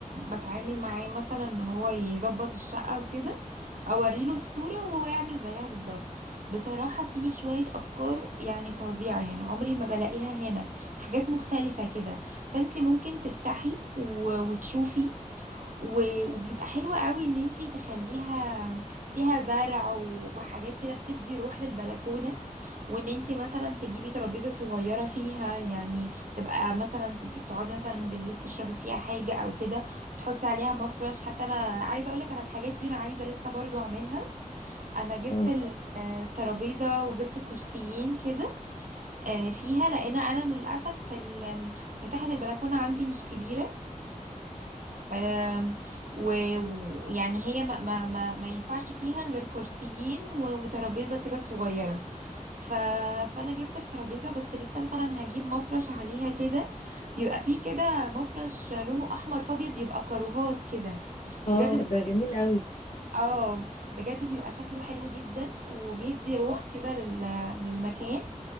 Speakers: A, on the right; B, on the left.
A: بتعامل معاه مثلا ان هو يظبط الشقة وكده اوريله الصورة وهو يعمل زيها بالظبط بصراحة في شوية افكار يعني فظيعة يعني عمري ما بلاقيها هنا حاجات مختلفة كده فانتي ممكن تفتحي و... وتشوفي و- وبيبقى حلو قوي ان انتي تخليها فيها زرع و- وحاجات كده بتدي روح للبلكونة وان انتي مثلا تجيبي ترابيزة صغيرة فيها يعني تبقى مثلا تبقي بتقعدي مثلا بالليل تشربي فيها حاجة او كده وتحطي عليها مفرش حتى انا عايزة اقولك انا الحاجات دي انا عايزة لسه برضو اعملها انا جبت
B: اه
A: ال- آه، ترابيزة وجبت كرسيين كده آه، فيها لان انا للاسف ال- مساحة البلكونة عندي مش كبيرة آم، و- ويعني هي ما, ما, ما, ما ينفعش فيها غير كرسيين و- وترابيزة كده صغيرة ف... فأنا جبت الترابيزة بس لسه مثلا هجيب مفرش عليها كده بيبقى فيه كده مفرش لونه أحمر فأبيض بيبقى كاروهات كده
B: اه
A: بجد
B: ده جميل قوي
A: اه بجد بيبقى شكله حلو جدا وبيدي روح كده لل... للمكان